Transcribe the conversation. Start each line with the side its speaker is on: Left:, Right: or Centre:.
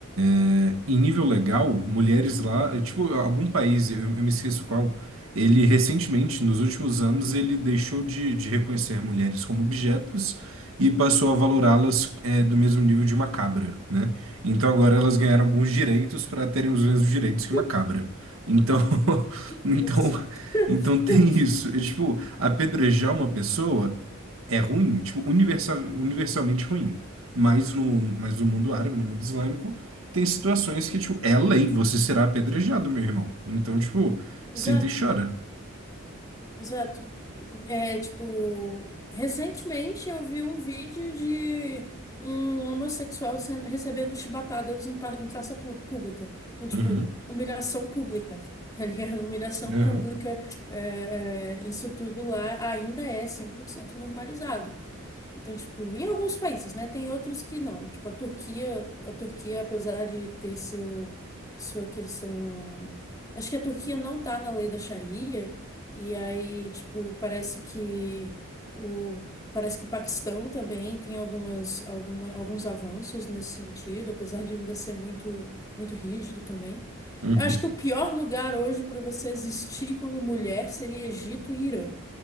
Right: É, em nível legal, mulheres lá, é, tipo, algum país, eu, eu me esqueço qual, ele recentemente, nos últimos anos, ele deixou de, de reconhecer mulheres como objetos e passou a valorá-las, é, do mesmo nível de uma cabra, né? Então agora elas ganharam alguns direitos para terem os mesmos direitos que
Left: <laughs>
Right: uma cabra. Então, <laughs>
Left: Meu
Right: então,
Left: Deus. <laughs>
Right: então tem isso. É, tipo, apedrejar uma pessoa é ruim, tipo, universal, universalmente ruim. Mas no, mas no mundo árabe, no mundo islâmico, tem situações que, tipo, é lei, você será apedrejado, meu irmão. Então, tipo,
Left: Exato.
Right: senta e chora.
Left: Exato. É, tipo, recentemente eu vi um vídeo de um homossexual sendo, recebendo chibatadas em, pa- em praça pu- pública. Então, tipo,
Right: Uhum,
Left: humilhação pública, <laughs> tá ligado? Humilhação
Right: Aham,
Left: pública, é, é, isso tudo lá ainda é 100% normalizado. Então, tipo, em alguns países, né? Tem outros que não. Tipo, a Turquia, a Turquia, apesar de ter seu, sua questão. Acho que a Turquia não tá na lei da Sharia, e aí, tipo, parece que o, parece que o Paquistão também tem algumas, alguma, alguns avanços nesse sentido, apesar de ainda ser muito, muito rígido também.
Right: uhum,
Left: Eu acho que o pior lugar hoje para você existir como mulher seria Egito e Irã.